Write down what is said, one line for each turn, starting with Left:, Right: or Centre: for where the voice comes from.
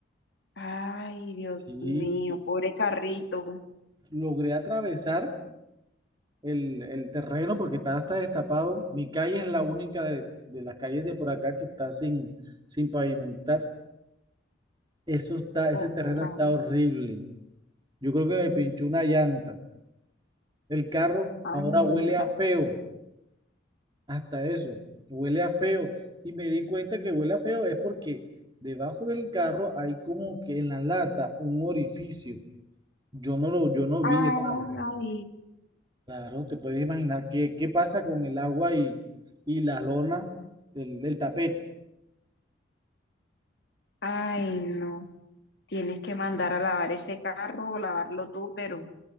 Left: Ay, Dios
Right: Sí,
Left: mío, pobre carrito,
Right: logré atravesar el, el terreno porque está hasta destapado. Mi calle es la única de, de las calles de por acá que está sin, sin pavimentar. Eso está,
Left: pobre
Right: ese terreno
Left: carro.
Right: está horrible. Yo creo que me pinchó una llanta. El carro
Left: Anda.
Right: ahora huele a feo. Hasta eso, huele a feo. Y me di cuenta que huele a feo es porque debajo del carro hay como que en la lata un orificio. Yo no lo, yo no vi
Left: Ay.
Right: el agua. Claro, te puedes imaginar qué, qué pasa con el agua y, y la lona, el, el tapete.
Left: Ay, no. Tienes que mandar a lavar ese carro o lavarlo tú, pero